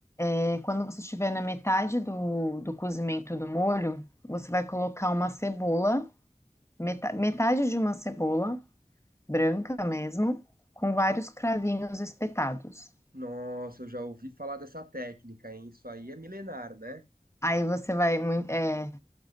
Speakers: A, on the left; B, on the right.
A: É, quando você estiver na metade do, do cozimento do molho, você vai colocar uma cebola, meta- metade de uma cebola, branca mesmo, com vários cravinhos espetados.
B: Nossa, eu já ouvi falar dessa técnica, hein? Isso aí é milenar, né?
A: Aí você vai, mui- é,